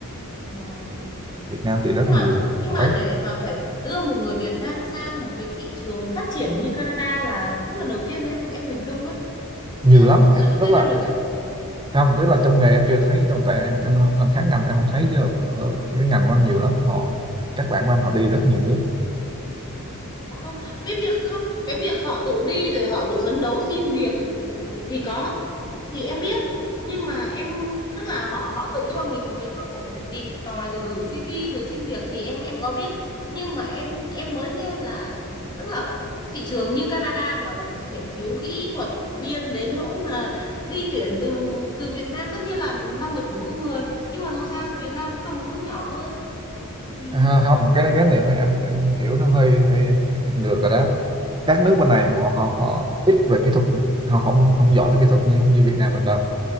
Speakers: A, on the left (about 20°); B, on the right (about 20°).
A: Ờ.
B: Việt Nam thì
A: nhưng
B: rất là
A: mà
B: nhiều người
A: nhưng
B: giỏi
A: mà để mà phải đưa một người Việt Nam sang một cái thị trường phát triển như Canada là cũng lần đầu tiên em em hình dung đó
B: nhiều
A: chứ
B: lắm
A: lần
B: em
A: đầu tiên
B: rất là
A: em được gặp
B: trong tức là trong nghề em chưa thấy trong tại em em em khác ngành em không thấy chứ ở cái ngành của anh nhiều lắm họ các bạn của anh họ đi rất nhiều nước
A: không cái việc không cái việc họ tự đi rồi họ tự phấn đấu xin việc ừ, thì có thì em biết nhưng mà em tức là họ họ tự cho mình một cái cơ hội để tìm tòi rồi gửi CV rồi xin việc thì em em có biết nhưng mà em em mới nghe là tức là thị trường như Canada mà lại phải thiếu kỹ thuật viên đến nỗi mà đi tuyển từ từ Việt Nam tất nhiên là năng lực của mỗi người nhưng mà dù sao thì Việt Nam cũng là một nước nhỏ hơn thì
B: à, Ừ. không cái cái niệm này em em hiểu nó hơi hơi, hơi ngược rồi đó các
A: dạ
B: nước bên này họ họ họ ít về kỹ thuật họ không không giỏi về kỹ thuật như như Việt Nam mình đâu